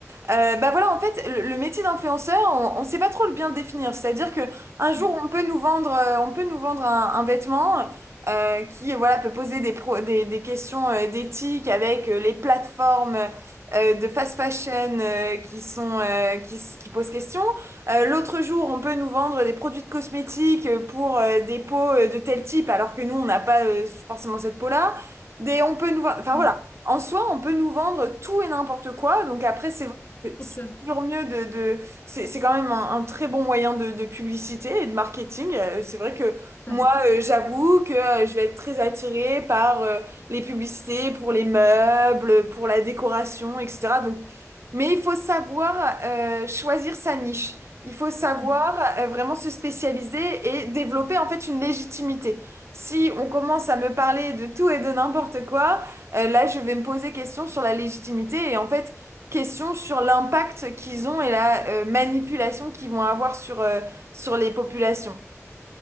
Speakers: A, on the right; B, on the left.
A: Euh, bah voilà, en fait, le, le métier d'influenceur, on ne sait pas trop le bien le définir. C'est-à-dire que un jour,
B: mm,
A: on peut nous vendre, euh, on peut nous vendre un, un vêtement euh, qui, voilà, peut poser des, pro- des, des questions euh, d'éthique avec euh, les plateformes euh, de fast fashion euh, qui sont, euh, qui, s- qui posent question. Euh, l'autre jour, on peut nous vendre des produits de cosmétiques euh, pour euh, des peaux euh, de tel type, alors que nous, on n'a pas euh, forcément cette peau-là. Des, on peut nous vendre, enfin
B: mm.
A: voilà. En soi, on peut nous vendre tout et n'importe quoi. Donc après, c'est
B: autre
A: c'est
B: chose.
A: toujours mieux de, de- c'est c'est quand même un, un très bon moyen de, de publicité et de marketing. Euh, C'est vrai que
B: Tout
A: moi,
B: à fait.
A: euh, j'avoue que euh, je vais être très attirée par euh, les publicités pour les meubles, pour la décoration, etc. Donc, mais il faut savoir euh, choisir sa niche. Il faut savoir
B: Mm.
A: euh, vraiment se spécialiser et développer en fait une légitimité. Si on commence à me parler de tout et de n'importe quoi, euh, là je vais me poser question sur la légitimité et en fait question sur l'impact qu'ils ont et la euh, manipulation qu'ils vont avoir sur, euh, sur les populations.